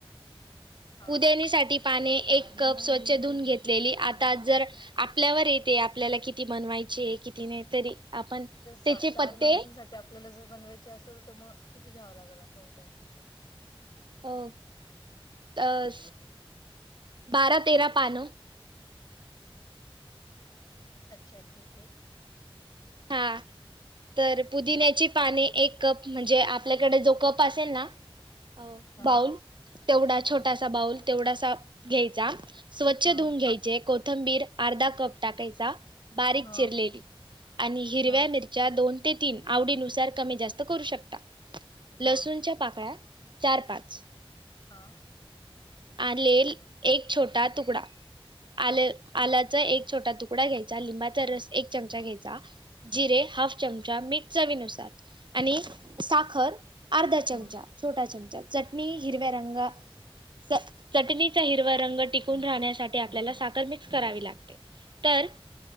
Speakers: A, on the left; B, on the right.
A: हा
B: पुदेणी साठी पाने एक कप स्वच्छ धुवून घेतलेली आता जर आपल्यावर येते आपल्याला किती बनवायचीये किती नाय तरी आपण
A: नाही ज सहा
B: त्याचे
A: चार
B: पत्ते
A: माणसांसाठी आप आपल्याला जर बनवायच असेल तर मग किती घ्यावं लागेल असं विचारतील मी
B: अ अ बारा तेरा पान
A: अच्छा ठीकये.
B: हा तर पुदिन्याची पाने एक कप म्हणजे आपल्याकडे जो कप असेल ना अ
A: हा
B: बाऊल तेवढा छोटासा
A: हा
B: बाऊल तेवढासा घ्यायचा. स्वच्छ
A: हा
B: धुवन घ्यायचे कोथंबीर अर्धा कप टाकायचा बारीक
A: हा
B: चिरलेली. आणि हिरव्या
A: हा
B: मिरच्या दोन ते तीन आवडीनुसार कमी जास्त करू शकता.
A: हा
B: लसूणच्या पाकळ्या चार पाच
A: हां
B: आलेल एक छोटा तुकडा आलेल
A: अच्छा
B: आल्या चा एक छोटा तुकडा घ्यायचा. लिंबाचा रस एक चमचा घ्यायचा. जिरे हाफ चमचा, मीठ चवीनुसार आणि साखर अर्धा चमचा
A: हम्म
B: छोटा चमचा चटणी हिरव्या रंगा चं चटणीचा हिरवा रंग टिकून राहण्यासाठी आपल्याला साखर मिक्स करावी लागते. तर